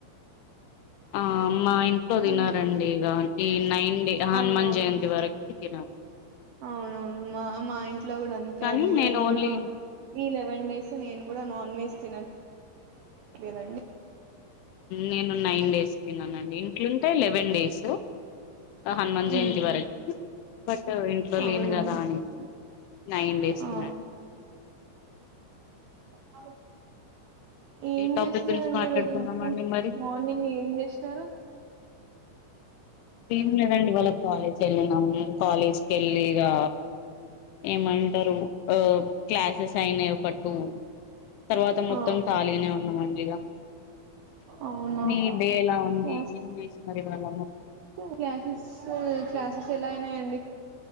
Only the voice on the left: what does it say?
ఆ మా ఇంట్లో
తినారండి ఇక ఈ నైన్ డే హనుమాన్
జయంతి వారకి ఎల్ నవూ
కానీ
నేను
ఓన్లీ
నేను నైన్ డేస్ తినండి తింటే లెవెన్ డేసు హనుమన్ జయంతి
వారకి బట్ ఇంట్లో
లేను కదా అనేసి నైన్ డేస్
తినను
టాపిక్
గురించి మాట్లాడుకుందామండి
మరి
ఎంలేదండి ఇవల వాళ్ళ కాలేజ్ వెళ్ళినాము కాలేజ్ కి వెళి ఇగా ఏమంటారు ఆ క్లాస్ సెస్ అయినాయి ఒకటు తర్వాత మొత్తం
ఖళీగానే ఉన్నా మంళగా
మీ డే ఎలా ఉంది
ఎన్ని వ మరి వాళ మొత్తం.